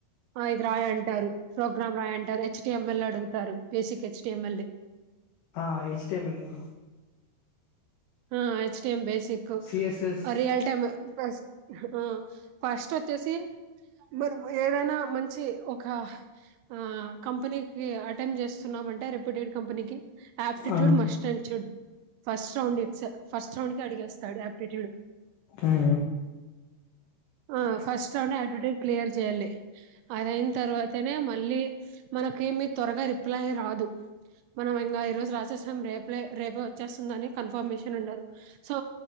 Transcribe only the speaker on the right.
ఆ ఇది రాయంటారు, ప్రోగ్రామ్ రాయంటారు, హెచ్ టి ఎమ్ ఎల్ అడుగుతారు, basic H T M L
ఆ హెచ్ టి ఎం basic,
real time first ఆ ఫస్ట్ వచ్చేసి మనం ఏదైనా మంచి ఒక ఆ కంపెనీకి అటెం చేస్తున్నామంటే రెప్యూటెడ్ కంపెనీకి aptitude
must and should, first round it's first round కి అడిగేస్తాడు ఆప్టిట్యూడ్
ఆ ఫస్ట్ రౌండ్ యాటిట్యూడ్ క్లియర్ చెయాలి, అదయిన తర్వాతనే మళ్ళీ మనకేమి త్వరగా రిప్లై రాదు, మనం ఇంగా ఈ రోజు రాసేస్ం రేపు లే రేపే వచ్చేస్తుందని కన్ఫర్మేషన్ ఉండదు, సో